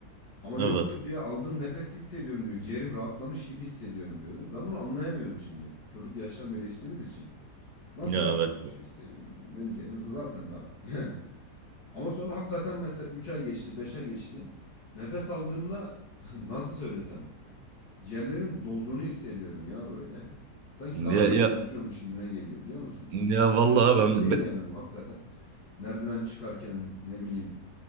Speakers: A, on the left; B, on the right.
A: Ama
B: Evet.
A: yok diyor ya aldığım nefesi hissediyorum diyor. Ciğerim rahatlamış gibi hissediyorum diyordu. Ben bunu anlayamıyordum şimdi. Çocuk yaştan beri içtiğimiz için. Nasıl
B: Ya
A: rahatlamış
B: evet.
A: gibi hissediyorum? Benim ciğerim de zaten rahat <laughs> yani. Ama sonra hakikaten mesela 3 ay geçti 5 ay geçti. Nefes aldığımda <laughs> nasıl söylesem Ciğerlerimin dolduğunu hissediyorum ya böyle. Sanki
B: Ya
A: daha iyi
B: ya
A: çalışıyormuş gibime geliyor biliyor musun?
B: ya
A: Psikolojik
B: vallahi
A: falan
B: ben
A: değil
B: be-
A: yani bu hakikaten. Merdiven çıkarken ne bileyim